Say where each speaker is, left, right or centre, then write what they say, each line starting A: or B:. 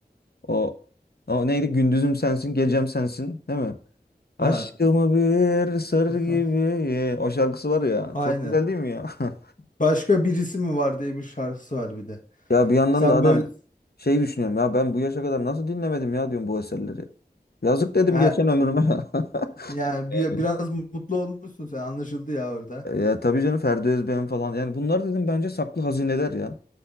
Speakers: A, on the left; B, on the left.
A: O, o neydi? Gündüzüm sensin, gecem sensin, değil mi? Aşkımı
B: Ha,
A: bir sır
B: <laughs>
A: gibi. O şarkısı var ya.
B: aynen.
A: Çok güzel değil mi ya? <laughs>
B: Başka birisi mi var diye bir şarkısı var bir de.
A: Ya bir yandan
B: Sen
A: da adam
B: böyle
A: şey düşünüyorum ya ben bu yaşa kadar nasıl dinlemedim ya diyorum bu eserleri. Yazık dedim
B: ya,
A: geçen ömrüme. <laughs>
B: yani
A: Evet.
B: bir, biraz mutlu olmuşsun sen anlaşıldı ya orada.
A: Ya tabii canım Ferdi Özbeğen falan yani bunlar dedim bence saklı hazineler ya.